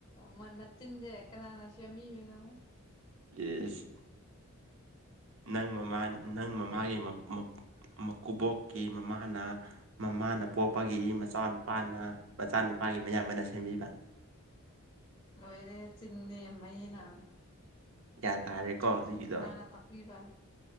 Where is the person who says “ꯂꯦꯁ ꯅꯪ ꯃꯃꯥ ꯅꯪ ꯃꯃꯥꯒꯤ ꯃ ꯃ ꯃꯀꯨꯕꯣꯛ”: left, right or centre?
Right